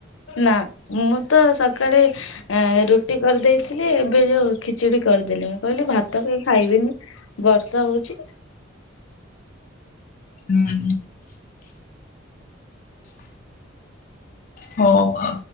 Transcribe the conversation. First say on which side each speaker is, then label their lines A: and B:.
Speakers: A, on the left; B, on the left.
A: ନା ମୁଁ ତ ସକାଳେ ଆ ରୁଟି କରିଦେଇଥିଲି ଏବେ ଯୋଉ ଖିଚିଡ଼ି କରିଦେଲି ମୁଁ କହିଲି ଭାତ କେହି ଖାଇବେନି। ବର୍ଷା ହୋଉଚି।
B: ହୁଁ। ହୋଉ ଆ